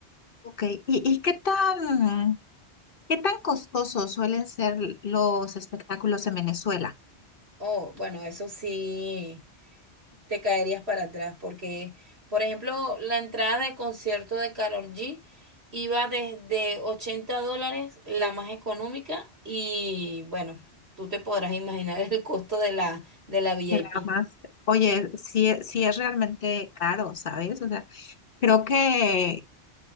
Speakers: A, on the left (about 55°); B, on the right (about 65°).
A: okay. ¿Y, y qué tan, qué tan costosos suelen ser los espectáculos en Venezuela?
B: Oh, bueno, eso sí. te caerías para atrás, porque, por ejemplo, la entrada del concierto de Karol G iba desde 80 dólares, la más económica, y bueno, tú te podrás imaginar el costo de la, de la V
A: de
B: I
A: la
B: P
A: más. Oye, sí, es- sí es realmente caro, ¿sabes? O sea, creo que,